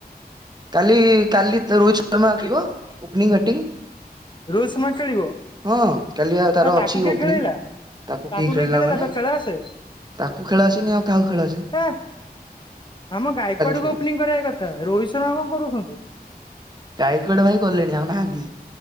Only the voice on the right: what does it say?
କାଲି କାଲି ତୋ ରୋହି ରୋହିତ୍ ଶର୍ମା ଖେଳିବ ଓପନିଂ ବଟିଂ।
ହଁ କାଲି ତାର
ଅଛି
ଓପନିଂ।
ତାକୁ କି ଖେଳିଲା
ମାନେ
ତାକୁ ଖେଳ ଆସିନି ଆଉ କାହାକୁ ଖେଳଆସିନି।
ଖେଳିବ।
ଗାଇକୋ ଆଡ ଭାଇ ଗଲେଣି ଆଉ ନାହାନ୍ତି।